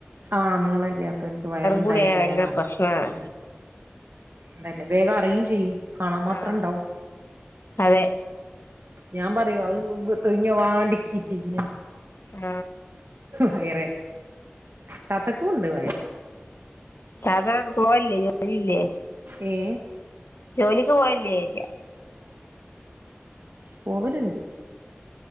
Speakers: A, on the right; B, on the left.
A: ആ നീളല്ല്യാതോൽക്ക് വയറ്ണ്ടായ
B: കൂടി ആയ
A: വേഗറി
B: ഭയങ്കര പ്രശ്നമാണ്
A: ഉം അതന്നെ വേഗം അറിയും ചെയ്യും. കാണാൻ മാത്രം
B: ആ
A: ഇണ്ടാവും.
B: അതെ
A: ഞാൻ പറയു അത് തൊൽഞ്ഞ വാണ്ടിച്ചിട്ടീക്ക്ണ്.
B: ആ
A: ഹയ്റെ താത്തക്കും ഉണ്ട് വയറ്.
B: സാധാ ർ പോവല്ലേ ജോലില്ലേ?
A: ഏ
B: ജോലിക്ക് പോവല്ലേ ചോയിക്കാ.
A: പോവല്ണ്ട്.